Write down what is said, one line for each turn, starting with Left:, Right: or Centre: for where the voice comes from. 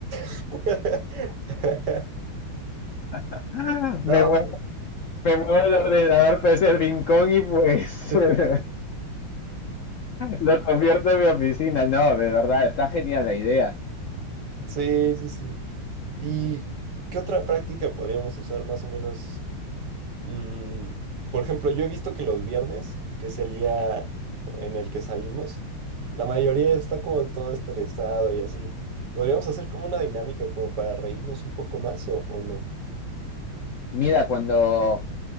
Right: <laughs>
Left: <laughs> Me
Right: No,
Left: muevo,
Right: pues.
Left: me muevo el ordenador para ese rincón y pues
Right: <laughs>
Left: <laughs> Lo convierto en mi oficina. No, de verdad, está genial la idea.
Right: Sí, sí, sí. ¿Y qué otra práctica podríamos usar más o menos? Mm, por ejemplo, yo he visto que los viernes, que es el día en el que salimos, la mayoría está como todo estresado y así. Podríamos hacer como una dinámica como para reírnos un poco más o, o no.
Left: Mira, cuando